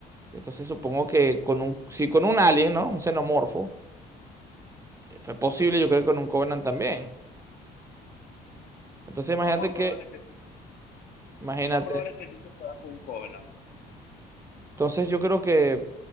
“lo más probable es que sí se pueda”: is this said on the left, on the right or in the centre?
Left